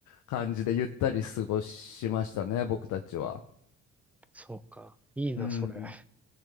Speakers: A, on the left; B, in the centre.
A: 感じでゆったり過ごしましたね、僕たちは。
B: そうか。いいな、
A: うん。
B: それ。